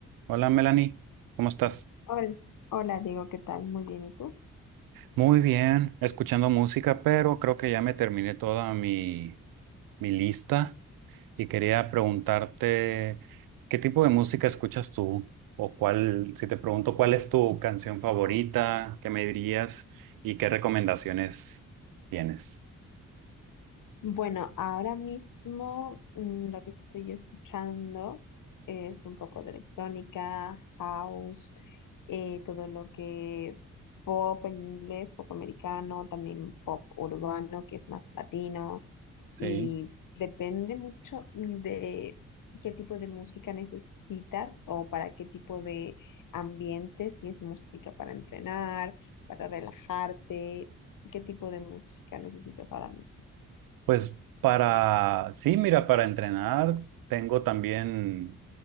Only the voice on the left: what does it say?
Hola, hola Diego, ¿qué tal? Muy bien, ¿y tú?
Bueno, ahora mismo mm, lo que estoy escuchando es un poco de electrónica, house, eh, todo lo que es pop en inglés, pop americano, también pop urbano, que es más latino.
y depende mucho de qué tipo de música necesitas o para qué tipo de ambiente, si es música para entrenar, para relajarte, qué tipo de música necesitas ahora mismo.